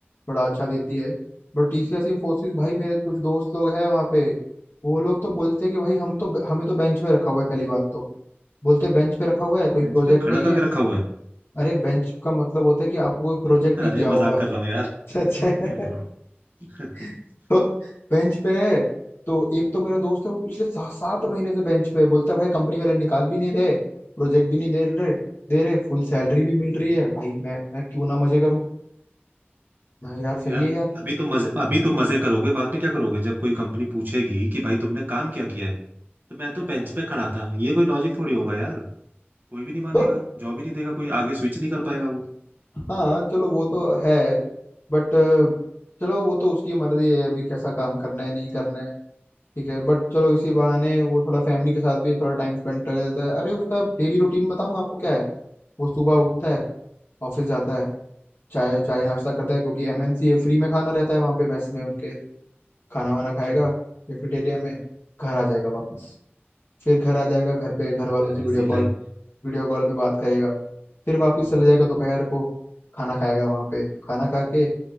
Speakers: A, on the left; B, on the right.
A: बड़ा अच्छा देती है बट टीसीएस इंफोसिस भाई मेरे कुछ दोस्त लोग हैं वहाँ पे वो लोग तो बोलते हैं कि भाई हम तो हमें तो बेंच में रखा हुआ है पहली बात तो बोलते हैं बेंच पे रखा हुआ है कोई
B: बेंच
A: प्रोजेक्ट
B: पे खड़ा
A: नहीं
B: करके
A: है
B: रखा हुआ है
A: अरे बेंच का मतलब होता है कि आपको कोई प्रोजेक्ट
B: <laughs> अरे
A: नहीं दिया हुआ
B: मजाक
A: <laughs>
B: कर रहा हूँ यार
A: अच्छा अच्छा
B: हम्म।
A: <laughs>
B: <laughs>
A: तो बेंच पे है तो एक तो मेरा दोस्त है वो पिछले सा, सात महीने से बेंच पे है बोलता है भाई कंपनी वाले निकाल भी नहीं रहे प्रोजेक्ट भी नहीं दे रहे दे रहे फुल सैलरी भी मिल रही है भाई मैं मैं क्यों ना मजे करूं मैं यार सही
B: यार
A: है यार
B: अभी तुम मजे अभी तुम मजे करोगे बाद में क्या करोगे जब कोई कंपनी पूछेगी कि भाई तुमने काम क्या किया है तो मैं तो बेंच पे खड़ा था ये कोई लॉजिक थोड़ी होगा यार कोई भी नहीं मानेगा
A: <laughs>
B: जॉब ही नहीं देगा कोई आगे स्विच नहीं कर पाएगा वो
A: हाँ चलो वो तो है बट चलो वो तो उसकी मर्जी है अभी कैसा काम करना है नहीं करना है ठीक है बट चलो इसी बहाने वो थोड़ा फैमिली के साथ भी थोड़ा टाइम स्पेंड कर लेता है अरे उसका डेली रूटीन बताऊं आपको क्या है वो सुबह उठता
B: हम्म,
A: है ऑफिस जाता है चाय चाय नाश्ता करता है क्योंकि एमएनसी फ्री में खाना रहता है वहाँ पे मेस में उनके खाना वाना
B: अच्छा
A: खाएगा कैफेटेरिया में घर आ जाएगा वापस फिर घर आ जाएगा घर पे
B: अरे
A: घर वालों
B: यार
A: से वीडियो
B: ऐसी
A: कॉल
B: लाइफ
A: वीडियो कॉल पे बात करेगा फिर वापस चले जाएगा दोपहर को खाना खाएगा वहाँ पे खाना खा के